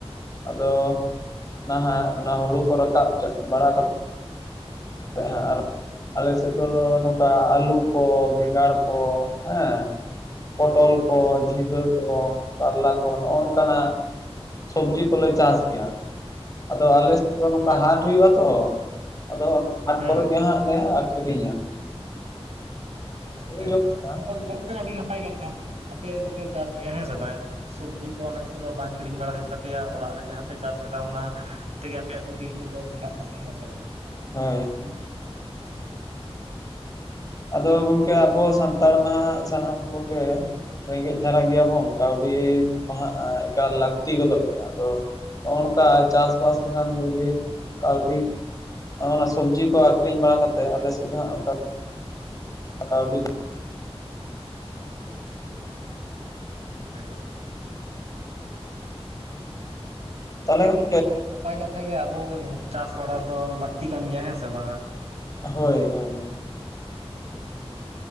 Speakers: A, on the left (about 35°); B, on the right (about 85°).
A: ᱟᱫᱚ ᱱᱟᱦᱟᱜ ᱚᱱᱟ ᱦᱩᱲᱩ ᱠᱚ ᱨᱟᱠᱟᱵ ᱵᱟᱲᱟ ᱠᱟᱛᱮ᱾ <unintelligible> ᱟᱞᱮᱥᱮᱫ ᱫᱚ ᱱᱚᱝᱠᱟ ᱟᱞᱩ ᱠᱚ ᱵᱮᱸᱜᱟᱲ ᱠᱚ ᱦᱮᱸ᱾ ᱯᱚᱴᱚᱞ ᱠᱚ ᱡᱷᱤᱸᱜᱟᱹ ᱠᱚ ᱠᱟᱞᱞᱟ ᱠᱚ ᱱᱚᱜᱼᱚ ᱱᱚᱝᱠᱟᱱᱟᱜ᱾ ᱥᱚᱵᱽᱡᱤ ᱠᱚᱞᱮ ᱪᱟᱥ ᱜᱮᱭᱟ ᱟᱫᱚ ᱟᱞᱮ ᱫᱚ ᱱᱚᱝᱠᱟ
B: ᱟᱪᱪᱷᱟ
A: ᱦᱟᱴ ᱦᱩᱭᱩᱜᱼᱟ ᱛᱚ ᱟᱫᱚ ᱚᱱᱟ ᱦᱟᱴ
B: ᱦᱮᱸ
A: ᱠᱚᱨᱮ ᱜᱮ ᱦᱟᱸᱜ ᱞᱮ ᱟᱠᱷᱨᱤᱧᱟ
B: ᱦᱮᱸ
A: ᱞᱮ ᱡᱚᱢ ᱜᱮᱭᱟ
B: ᱛᱚ ᱜᱚᱝᱠᱮ ᱟᱹᱰᱤ ᱱᱟᱯᱟᱭ ᱠᱟᱛᱷᱟ ᱟᱯᱮ ᱫᱚᱯᱮ ᱪᱟᱥ ᱜᱮᱭᱟ ᱦᱮᱸ ᱥᱮ ᱵᱟᱝ? ᱥᱚᱵᱡᱤ ᱠᱚ ᱟᱱᱟᱡᱽ ᱠᱚᱫᱚ ᱵᱟᱝ ᱠᱤᱨᱤᱧ ᱵᱟᱲᱟ ᱦᱩᱭᱩᱜ ᱛᱟᱯᱮᱭᱟ ᱚᱲᱟᱜ ᱨᱮ ᱡᱟᱦᱟᱸ ᱯᱮ ᱪᱟᱥ ᱟᱠᱟᱫᱟ ᱚᱱᱟᱼᱼ ᱛᱮᱜᱮ ᱟᱯᱮᱭᱟᱜ ᱫᱚ ᱫᱤᱱ ᱠᱚᱫᱚ ᱠᱷᱟᱸᱰᱟᱜ ᱛᱟᱯᱮᱭᱟ ᱦᱮᱸ ᱥᱮ ᱵᱟᱝ?
A: ᱦᱳᱭ ᱟᱫᱚ ᱜᱚᱠᱮ ᱟᱵᱚ ᱥᱟᱱᱛᱟᱲ ᱢᱟ ᱦᱟᱸᱜ ᱥᱟᱱᱟᱢ ᱠᱚᱜᱮ ᱨᱮᱸᱜᱮᱡ ᱫᱷᱟᱨᱟ ᱜᱮᱭᱟᱵᱚᱱ ᱠᱟᱹᱣᱰᱤ ᱠᱚ ᱦᱟᱸᱜ ᱮᱠᱟᱞ ᱞᱟᱹᱠᱛᱤ ᱜᱚᱫᱚᱜ ᱜᱮᱭᱟ᱾ ᱟᱫᱚᱼᱼ ᱦᱚᱼᱚᱱᱠᱟ ᱪᱟᱥᱵᱟᱥ ᱞᱮᱠᱷᱟᱱ ᱡᱩᱫᱤ ᱠᱟᱹᱣᱰᱤᱼᱼ ᱚᱱᱟ ᱥᱚᱵᱡᱤ ᱠᱚ ᱟᱠᱷᱨᱤᱧ ᱵᱟᱲᱟ ᱠᱟᱛᱮᱜ ᱟᱞᱮ ᱥᱮᱫ ᱫᱚ ᱦᱟᱸᱜᱼᱼ ᱯᱠᱟᱣᱰᱤᱼᱼ
B: ᱦᱳᱭ ᱜᱚᱝᱠᱮ᱾
A: ᱛᱟᱦᱚᱞᱮ ᱜᱚᱝᱠᱮ
B: ᱚ ᱱᱟᱯᱟᱭ ᱠᱟᱛᱷᱟ ᱜᱮ ᱟᱵᱚ ᱪᱟᱥ ᱵᱟᱲᱟ ᱫᱚ ᱞᱟᱹᱠᱛᱤ ᱠᱟᱱ ᱜᱮᱭᱟ ᱦᱮᱸ ᱥᱮ ᱵᱟᱝᱟ?
A: ᱦᱳᱭ ᱦᱳᱭ